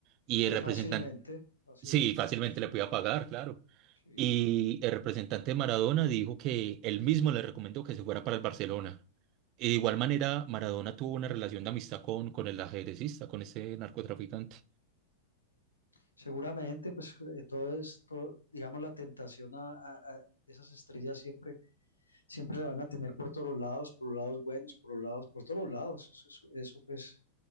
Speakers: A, on the right (about 40°); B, on the left (about 80°).
A: Y
B: sí,
A: el representante,
B: fácilmente. Fácilmente
A: sí, fácilmente
B: es posible.
A: le podía pagar, claro.
B: Sí.
A: Y el representante de Maradona dijo que él mismo le recomendó que se fuera para el Barcelona. Y de igual manera, Maradona tuvo una relación de amistad con, con el ajedrecista, con ese narcotraficante.
B: Seguramente, pues, eh, todo es, todo, digamos, la tentación a, a- a esas estrellas siempre, siempre la van a tener por todos los lados, por los lados buenos, por los lados, por todos los lados. Eso, eso, eso, pues,